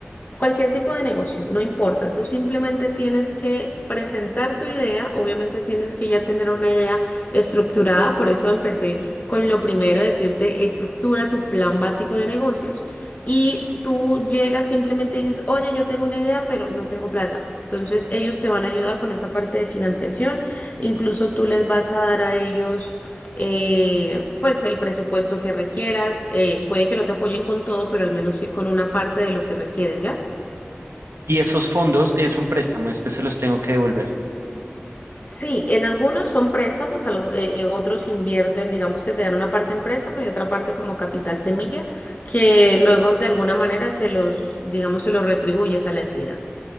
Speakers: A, on the left (about 40°); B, on the right (about 80°).
A: Cualquier tipo de negocio, no importa. Tú simplemente tienes que presentar tu idea. Obviamente tienes que ya tener una idea estructurada. Por eso empecé con lo primero, decirte, estructura tu plan básico de negocios. Y tú llegas simplemente y dices, oye, yo tengo una idea, pero no tengo plata. Entonces ellos te van a ayudar con esa parte de financiación. Incluso tú les vas a dar a ellos... eh, pues el presupuesto que requieras, Eh, puede que no te apoyen con todo, pero al menos sí con una parte de lo que requieres, ¿ya?
B: Y esos fondos es un préstamo, después se los tengo que devolver.
A: Sí, en algunos son préstamos, algo- eh, eh, otros invierten, digamos que te dan una parte en préstamo y otra parte como capital semilla, que luego de alguna manera se los, digamos, se los retribuyes a la entidad.